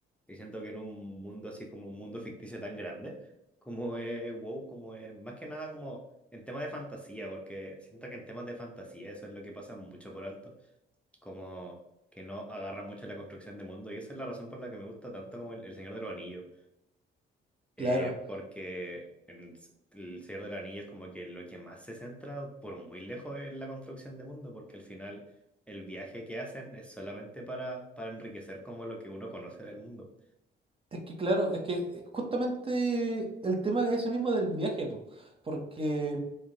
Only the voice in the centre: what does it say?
y siento que en un mundo así como un mundo ficticio tan grande, como es WoW, como es más que nada como en temas de fantasía, porque siento que en temas de fantasía eso es lo que pasa mucho por alto, como que no agarra mucho la construcción de mundo, y esa es la razón por la que me gusta tanto como el, el Señor de los Anillos, eh,
porque en s- el Señor de los Anillos como que lo que más se centra por muy lejos es la construcción de mundo, porque al final el viaje que hacen es solamente para, para enriquecer como lo que uno conoce del mundo.